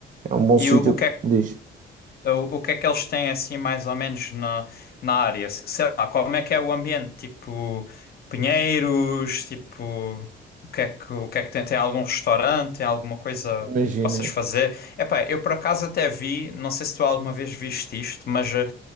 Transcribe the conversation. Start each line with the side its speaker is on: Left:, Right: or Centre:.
Right: É um bom
Left: E
Right: sítio,
Left: o, o que é que
Right: diz.
Left: O, o que é que eles têm assim mais ou menos na, na área? Se- Sei lá, como é que é o ambiente? Tipo, pinheiros, tipo, o que é que, o que é que tem? Tem algum restaurante? Tem alguma coisa
Right: Imagina,
Left: que possas fazer? Epá, eu por acaso até vi, não sei se tu alguma vez viste isto, mas eh,